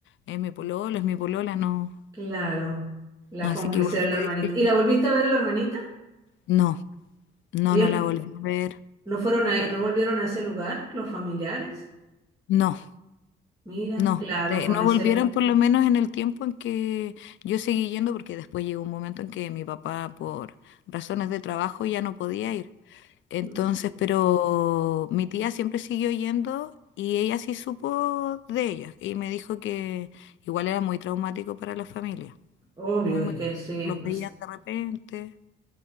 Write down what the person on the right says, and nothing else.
Claro, la
complicidad
de la
hermanita.
¿Y la volviste a ver a la hermanita?
Ellos
no fueron a, no volvieron a ese lugar, los familiares.
Mira,
claro,
con
ese
luto.
Mm.
Obvio,
es que sí,
no
es-